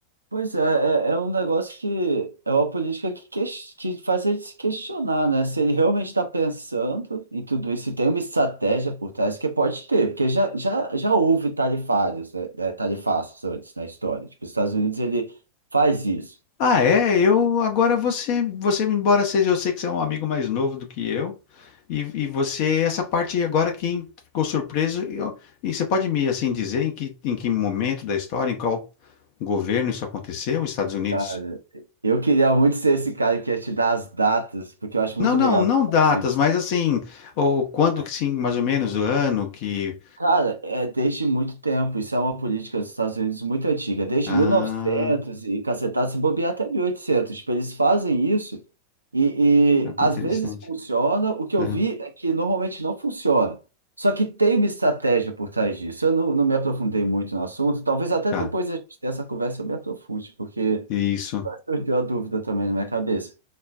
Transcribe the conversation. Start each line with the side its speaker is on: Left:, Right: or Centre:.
Right: Pois é, é, é um negócio que é uma política que, ques- que faz a se questionar, né? Se ele realmente está pensando em tudo isso, se tem uma estratégia por trás, que pode ter, porque já, já, já houve tarifários, né? eh, Tarifaços antes na história. Tipo, os Estados Unidos ele faz isso.
Left: Ah, é, eu agora você, você embora seja, eu sei que você é um amigo mais novo do que eu, e, e você, essa parte agora quem ficou surpreso, eu- e você pode me assim dizer em que, em que momento da história, em qual governo isso aconteceu, os Estados Unidos?
Right: Cara, eu queria muito ser esse cara que ia te dar as datas, porque eu acho
Left: Não,
Right: muito
Left: não,
Right: legal
Left: não
Right: que
Left: datas,
Right: faz isso.
Left: mas assim, ou quando
Right: Mas,
Left: que sim, mais ou menos o ano que.
Right: cara, é desde muito tempo, isso é uma política dos Estados Unidos muito antiga, desde
Left: Ah,
Right: 1900 e cacetado, se bobear até 1800. Tipo, eles fazem isso e,
Left: ah,
Right: e
Left: que
Right: às
Left: interessante.
Right: vezes funciona. O que eu
Left: Aham,
Right: vi é que normalmente não funciona. Só que tem uma estratégia por trás disso. Eu não, não me aprofundei muito no assunto, talvez até
Left: tá,
Right: depois a gente ter essa conversa eu me aprofunde, porque
Left: isso,
Right: surgiu a dúvida também na minha cabeça.